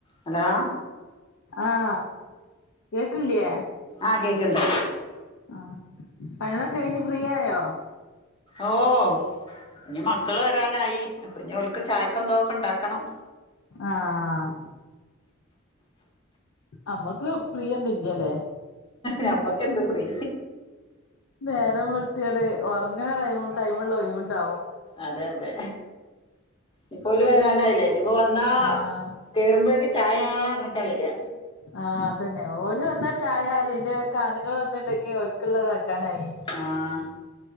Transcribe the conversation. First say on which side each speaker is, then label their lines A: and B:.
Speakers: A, on the left; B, on the left.
A: ഹലോ
B: ആഹ് കേക്കല്ല്യേ
A: ആഹ് കേക്കണ്ട്
B: ആഹ് പണലൊക്കെ കഴിഞ്ഞ് ഫ്രീ ആയോ
A: ഓഹ് ഇനി മക്കള് വരാനായി ഇനി അപ്പ ഇനി ഓൽക്ക് ചായക്കെന്തോക്കെ ഉണ്ടാക്കണം
B: ആഹ് അമ്മക്ക് പ്രിയൊന്നും ഇല്ല്യല്ലേ
A: നമ്മക്ക് എന്ത് ഫ്രീ
B: നേരം വെളുത്തിടെ ഉറങ്ങണ ടൈ ടൈമള്ള ഒഴിവ് ഇണ്ടാവും
A: അതെ അതെ ഇപ്പൊ ഓല് വരാനായില്ലേ ഇനിപ്പോ വന്നാ
B: ആഹ്
A: കേറുമ്പോഴേക്ക് ചായ റഞ്ഞിട്ടാ വരിക
B: ആഹ് അതന്നെ ഓല് വന്നാ ചായ അറിയന്റെ കാണുങ്ങൾ വന്നിണ്ടെങ്കി ഓക്കുള്ളത ആക്കാനായി
A: ആഹ്